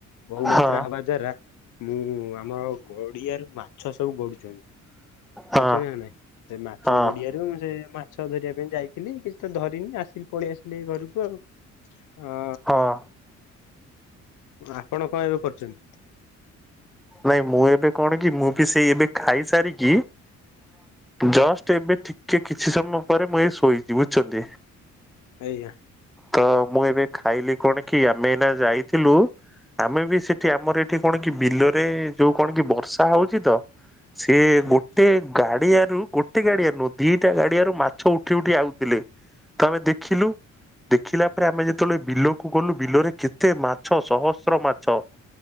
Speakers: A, on the left (about 85°); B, in the centre.
A: ବହୁ ମାତ୍ରା
B: ହଁ ହଁ
A: ହବା ଦ୍ଵାରା। ମୁଁ ଆମ ଗଡିଆରୁ ମାଛ ସବୁ ଗଡୁଛନ୍ତି
B: ହଁ
A: ବୁଝୁଛ ନା ନାଇଁ। ସେ ମାଛ
B: ହଁ
A: ଗଡିଆରୁ ସେ ମାଛ ଧରିବା ପାଇଁ ଯାଇଥିଲି କିଛି ତ ଧରିନି ଆସିଲି। ପଳେଇ ଆସିଲି ଘରକୁ ଆଉ ଆ।
B: ହଁ ହଁ
A: ଆପଣ କଣ ଏବେ କରୁଛନ୍ତି?
B: ନାଇଁ, ମୁଁ ଏବେ କଣ କି ମୁଁ ବି ସେଇ ଏବେ ଖାଇସାରିକି। ଜଷ୍ଟ ଏବେ ଟିକେ କିଛି ସମୟ ପରେ ମୁଁ ଏଇ ଶୋଇଛି ବୁଝୁଛନ୍ତି।
A: ଏଇଆ
B: ତ ମୁଁ ଏବେ ଖାଇଲି କଣ କି ଆମେନା ଯାଇଥିଲୁ ଆମେ ବି ସେଠି ଆମର ଏଠି କଣ କି ବିଲ ଏ ଯୋଉ କଣ କି ବର୍ଷା ହଉଛି ତ ସିଏ
A: ଏଇଆ
B: ଗୋଟେ ଗାଡିଆ ରୁ ଗୋଟେ ଗୋଟେ ଗାଡିଆ ନୁହଁ ଦିଟା ଗାଡିଆରୁ ମାଛ ଉଠି ଉଠି ଆଉଥିଲେ ତ ଆମେ ଦେଖିଲୁ। ଦେଖିଲା ପରେ ଆମେ ଯେତେବେଳେ ବିଲକୁ ଗଲୁ ବିଲରେ କେତେ ମାଛ ସହସ୍ର ମାଛ।